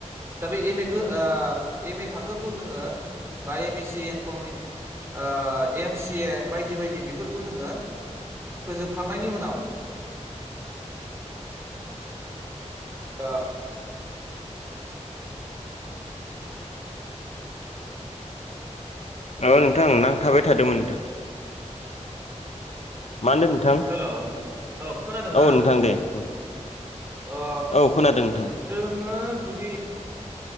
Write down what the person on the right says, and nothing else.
दा बे एम
ए गो ओ एम ए थाखोखौ जोङो बा एम एस सि एम कमि ओ एम सि ए बायदि बायदि बेफोरखौ जोङो
फोजोबखांनायनि
उनाव ओ
हेलौ औ खोनादों ना
ओ
जोङो जुदि